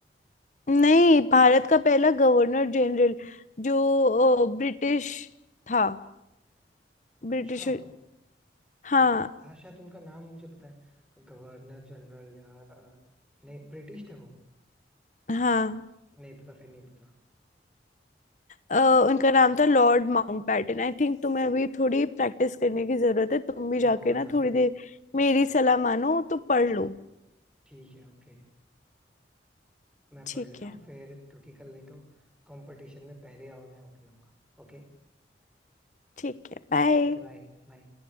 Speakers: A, on the left; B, in the centre.
A: नहीं भारत का पहला गवर्नर जनरल जो अ, ब्रिटिश था ब्रिटिश
B: अच्छा
A: हाँ
B: अ, हाँ शायद उनका नाम मुझे पता है गवर्नर जनरल यार अ, नहीं ब्रिटिश थे वो
A: हाँ
B: नहीं पता फिर नहीं पता
A: अ, उनका नाम था लॉर्ड माउंटबेटन आई थिंक तुम्हें अभी थोड़ी प्रैक्टिस करने की जरूरत है तुम भी
B: बहुत
A: जाके ना
B: ज्यादा
A: थोड़ी देर मेरी सलाह मानो तो पढ़ लो
B: ठीक है ओके मैं
A: ठीक
B: पढ़ लेता
A: है
B: हूँ फिर क्योंकि कल नहीं तो कंपटीशन में पहले राउंड में आउट हो जाऊंगा ओके
A: ठीक है बाय
B: Okay bye बाय